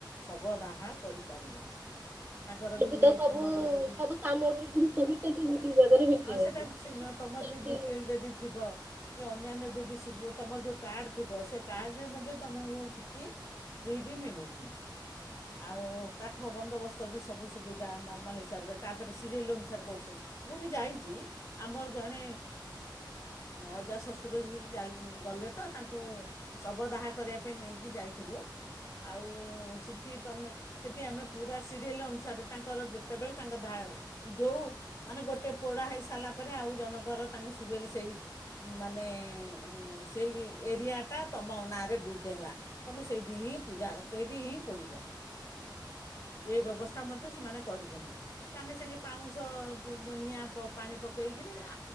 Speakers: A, on the left; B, on the right.
A: ଶବ ଦାହା କରିପାରିବ ତାଙ୍କର
B: ସେଠି
A: ବି
B: ତ ସବୁ
A: ତମର ଯଦି
B: ସବୁ ସାମଗ୍ରୀ ଜିନିଷ ବି ସେଠି ଗୋଟିଏ ଜାଗାରେ ବିକ୍ରି
A: ହଁ
B: ହଉଛି।
A: ସେଇଟା ତୁମର
B: ସେଠି
A: ବି ବି ପିଏଲ୍ ଯଦି ଥିବ କି ଅନ୍ୟାନ୍ୟ ଯଦି ତୁମର ଯେଉଁ କାର୍ଡ଼ ଥିବ ସେ କାର୍ଡ଼ରେ ମଧ୍ୟ ତୁମକୁ କିଛି ଫ୍ରି ବି ମିଳୁଛି। ଆଉ କାଠ କଠ ବନ୍ଦୋବସ୍ତ ବି ସବୁ ସୁବିଧା ନର୍ମାଲ ହିସାବରେ ତପରେ ସିରିଏଲ ଅନୁସାରେ କରୁଛନ୍ତି ମୁଁ ବି ଯାଇଛି ଆମର ଜଣେ ଅଜା ହଶଶୁର ଗଲେ ତ ତାଙ୍କୁ ଶବଦାହା କରିବା ପାଇଁ ନେଇକି ଯାଇଥିଲୁ। ଆଉ ସେ ତୁମେ ସେଠି ଆମେ ପୁରା ସିରିଏଲ ଅନୁସାରେ ତାଙ୍କର ଯେତେବେଳେ ତାଙ୍କ ଯେଉଁ ମାନେ ଗୋଟିେ ପୋଡ଼ା ହେଇସାରିଲା ପରେ ଆଉ ଜଣଙ୍କର ତାଙ୍କ ସିରିଏଲ ସେଇ ମାନେ ସେଇ ଏରିଆଟା ତୁମ ନାଁରେ ବୁକ୍ ହେଲା ତୁମେ ସେଇଠି ହିଁ ପୂଜା ସେଇଠି ହିଁ। ପିଡିବ।
B: <inaudible>
A: ଏ ବ୍ୟବସ୍ଥା ମଧ୍ୟ ସେମାନେ କରିଛନ୍ତିଛନ୍ତି ସାଙ୍ଗେ ସାଙ୍ଗେ ପାଉଁଶ ନିଆଁ ପାଣି ପକେଇକରି